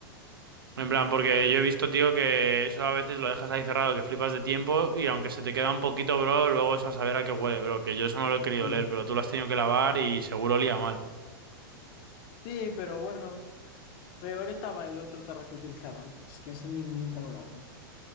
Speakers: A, on the right (about 85°); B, on the left (about 45°).
A: En plan, porque yo he visto, tío, que eso a veces lo dejas ahí cerrado, que flipas de tiempo y aunque se te queda un poquito, bro, luego eso a saber a qué huele, bro, que yo eso no lo he querido
B: sí.
A: leer, pero tú lo has tenido que lavar y seguro olía mal.
B: Sí, pero bueno, peor estaba el otro tarro que utilizaba antes, que ese ni nunca lo lavé.